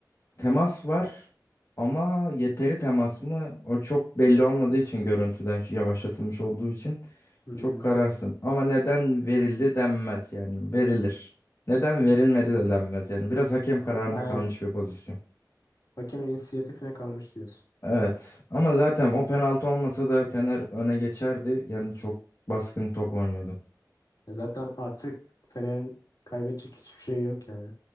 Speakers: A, on the left; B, on the left.
A: Temas var ama yeteri temas mı? O çok belli olmadığı için görüntüden yavaşlatılmış olduğu için
B: Hmm,
A: çok kararsın. Ama neden verildi denmez yani verilir. Neden verilmedi de denmez yani biraz hakem kararına
B: aynen.
A: kalmış bir pozisyon.
B: Hakemin inisiyatifine kalmış diyorsun.
A: Evet ama zaten o penaltı olmasa da Fener öne geçerdi. Yani çok baskın top oynuyordu.
B: Ya zaten artık Fener'in kaybedecek hiçbir şey yok yani.